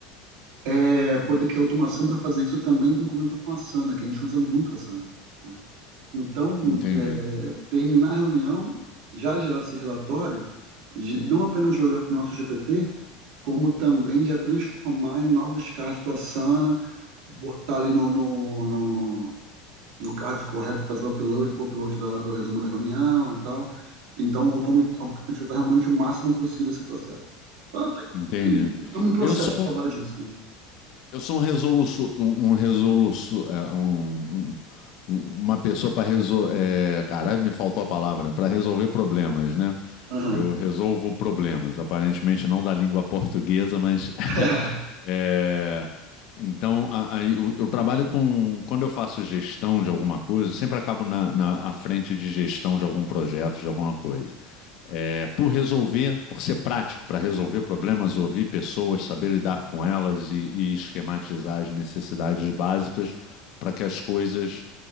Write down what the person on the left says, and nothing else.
Entendi,
entendi.
Eu sou
Eu sou um resoluço, um, um resoluço, é, um- um- um- uma pessoa para resolver, caralho, me faltou a palavra, para resolver problemas, né?
Eu resolvo problemas, aparentemente não da língua portuguesa, mas <laughs>
é, então a- a- eu, eu trabalho com, quando eu faço gestão de alguma coisa, eu sempre acabo na, na à frente de gestão de algum projeto, de alguma coisa é, por resolver, por ser prático para resolver problemas, ouvir pessoas, saber lidar com elas e, e esquematizar as necessidades básicas para que as coisas